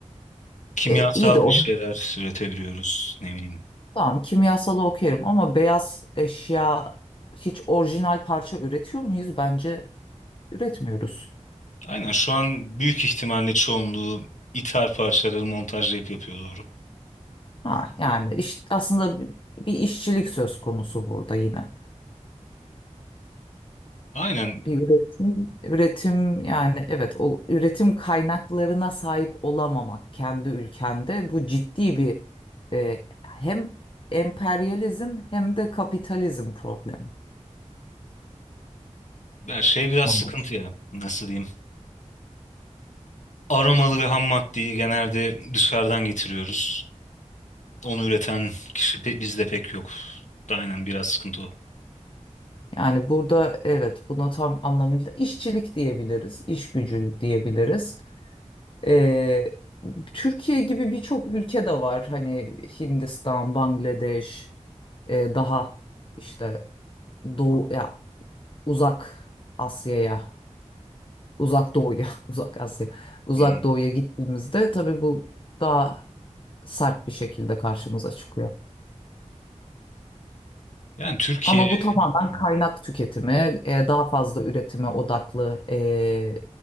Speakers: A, on the left; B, on the left.
A: Kimyasal
B: E, iyi de
A: bir
B: o.
A: şeyler üretebiliyoruz. Ne bileyim.
B: Tamam kimyasalı okuyorum ama beyaz eşya hiç orijinal parça üretiyor muyuz? Bence üretmiyoruz.
A: Aynen şu an büyük ihtimalle çoğunluğu ithal parçaları montajlayıp yapıyor doğru.
B: Ha, yani iş, aslında bi- bir işçilik söz konusu burada yine.
A: Aynen
B: Bir üretim, üretim yani evet o üretim kaynaklarına sahip olamamak kendi ülkende bu ciddi bir e, hem emperyalizm hem de kapitalizm problemi.
A: ya şey biraz
B: maalesef.
A: sıkıntı ya nasıl diyeyim. Aramalı ve ham maddeyi genelde dışarıdan getiriyoruz. Onu üreten kişi pe- bizde pek yok. Aynen biraz sıkıntı o.
B: Yani burada evet buna tam anlamıyla işçilik diyebiliriz, iş gücü diyebiliriz. E, Türkiye gibi birçok ülke de var hani Hindistan, Bangladeş. e, daha işte doğu ya uzak Asya'ya, uzak doğuya, <laughs> uzak Asya, uzak
A: Hı.
B: doğuya gittiğimizde tabii bu daha sert bir şekilde karşımıza çıkıyor.
A: Yani Türkiye
B: Ama bu tamamen
A: hmm,
B: kaynak tüketimi, e, daha fazla üretime odaklı e,